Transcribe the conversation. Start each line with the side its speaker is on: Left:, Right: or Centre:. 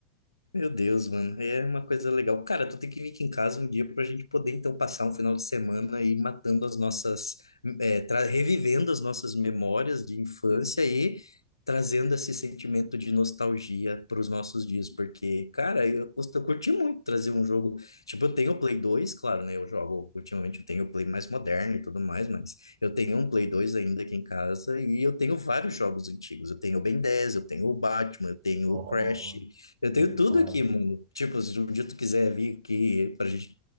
Left: Meu Deus, mano, é uma coisa legal. Cara, tu tem que vir aqui em casa um dia pra gente poder então passar um final de semana e matando as nossas, é, tra- revivendo as nossas memórias de infância e trazendo esse sentimento de nostalgia para os nossos dias, porque, cara, eu, cust- eu curti muito trazer um jogo. Tipo, eu tenho o Play 2, claro, né? Eu jogo ultimamente, eu tenho o Play mais moderno e tudo mais, mas eu tenho um Play 2 ainda aqui em casa e eu tenho vários jogos antigos. Eu tenho o Ben 10, eu tenho o Batman, eu tenho
Right: Bom,
Left: o Crash. Eu tenho
Right: e uma-
Left: tudo aqui, mundo. Tipo, se um dia tu quiser vir aqui pra gente